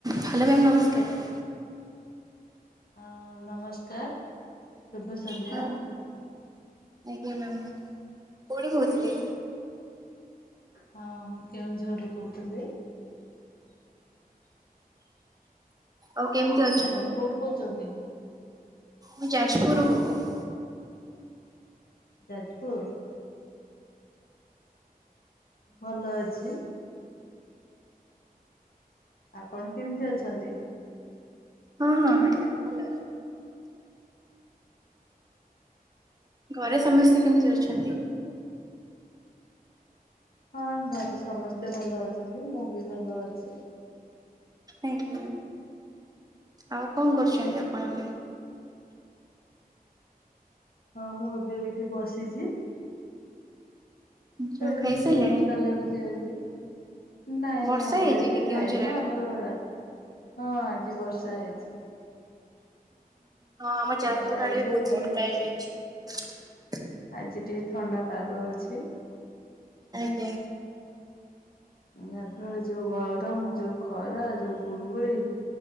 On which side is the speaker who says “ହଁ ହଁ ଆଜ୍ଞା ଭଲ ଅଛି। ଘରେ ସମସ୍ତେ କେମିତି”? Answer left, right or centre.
Right